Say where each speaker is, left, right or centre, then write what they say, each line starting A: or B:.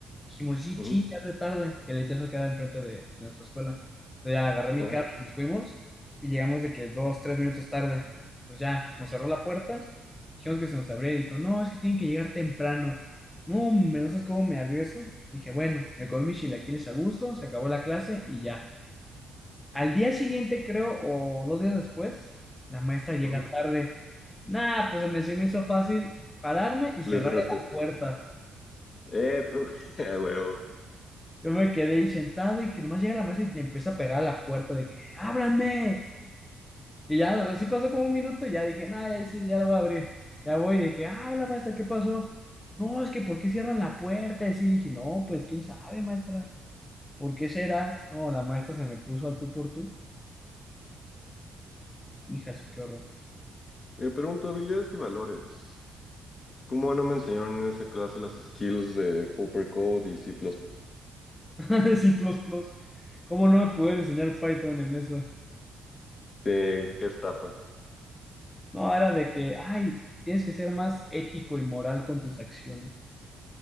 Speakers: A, on the left; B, on the left.
A: Dijimos, sí,
B: ujú,
A: ching, ya es re tarde. el ITESO quedaba enfrente de, de nuestra escuela. Entonces ya agarré mi
B: ajá,
A: carro y nos fuimos. Y llegamos de que dos, tres minutos tarde. Pues ya, nos cerró la puerta. Dijimos que se nos abría y dijo, no, es que tienen que llegar temprano. No, hombre, no sabes cómo me ardió eso. Dije, bueno, me comí mis chilaquiles a gusto, se acabó la clase y ya. Al día siguiente, creo, o dos días después, la maestra llega
B: ujú.
A: tarde. Nah, pues se me, se me hizo fácil pararme y cerrar
B: Le cerraste.
A: la puerta.
B: Eso, <laughs> a huevo.
A: Yo me quedé ahí sentado y que nomás llega la maestra y le empieza a pegar a la puerta de que ¡ábranme! Y ya, así pasó como un minuto y ya dije, nah, ya, sí, ya la voy a abrir. Ya voy de que, ah, hola maestra, ¿qué pasó? No, es que ¿por qué cierran la puerta? Y así dije, no, pues quién sabe, maestra, ¿por qué será? No, la maestra se me puso al tú por tú. Hija, eso, qué horror.
B: Me pregunto habilidades y valores. ¿Cómo no me enseñaron en esa clase las skills de Hopper Code y C++?
A: <laughs> Sí, plus, plus. ¿Cómo no me pudieron enseñar Python en eso?
B: ¿De qué estafa?
A: No, era de que, ay, tienes que ser más ético y moral con tus acciones.